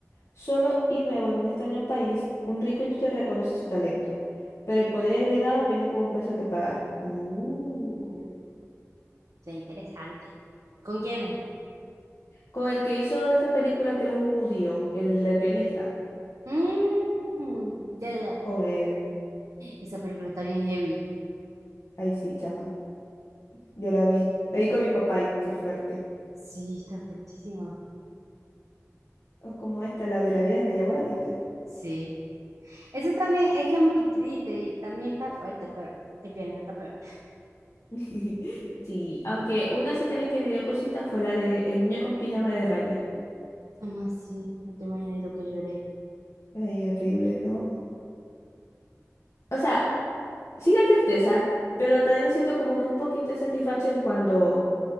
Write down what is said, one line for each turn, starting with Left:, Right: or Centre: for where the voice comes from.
Left: Solo y nuevo en un extraño país, un rico industrial reconoce su talento, pero el poder y el legado vienen con un precio que pagar. Uh.
Right: uh, sea interesante. ¿Con quiénes?
Left: Con el que hizo de esta película que él es un judío, el del pianista.
Right: Mm, ya. ya.
Left: Con él.
Right: Esa película está bien heavy.
Left: Ay, sí, chama. Yo la vi. La vi con mi papá y qué fuerte.
Right: Sí, está fuertísimo.
Left: O como esta, la de La vida es bella, ¿vos la viste?
Right: Sí. Eso también es que es muy triste y también está fuerte, pero el planeta está peor.
Left: <laughs> Sí, aunque una sí también que me dio cosita fue la de El niño con pijama de rayas.
Right: Estamos así, no te imaginas lo que lloré.
Left: Ay, horrible, no. O sea, sí da tristeza, pero también siento como que un poquito de satisfacción cuando